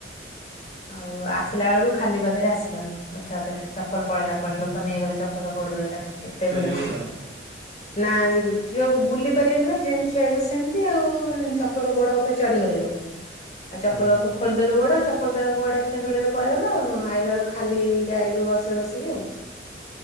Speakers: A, on the left; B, on the right.
A: ଆଉ ଆସିଲା ବେଳକୁ ଖାଲି ପାଦରେ ଆସିଲୁ ଆମେ ରଥ ଜାତରେ ଚପଲ ପଳେଇଲା କୁଆଡେ ଲୋକ ନେଇଗଲେ ଚପଲ ଗୋଡରୁ। <inaudible> ଏତେ
B: ଚୋରି
A: ଭିଡ଼।
B: ହେଇଗଲା
A: ନା ଯଉ ବୁଲି ପାରିବେନି ବା ଯେମିତି ଠିଆ ହେଇଥିବ ସେମିତି ଆଉ ଚପଲ ଗୋଡ ଉପରେ ଚଢିଗଲେ ଲୋକ ଆଉ ଚପଲ
B: ହୁଁ।
A: ଖୋଲିଦେଲୁ ଗୋଡ ଚପଲ ତାର ଗୋଆଡ ଏତେ ଭିଡରେ ପଳେଇଗଲା ଆଇଲା ବେଳକୁ ଖାଲି ରେ ଆଇଲୁ ବସ ବସିକି ଆଉ।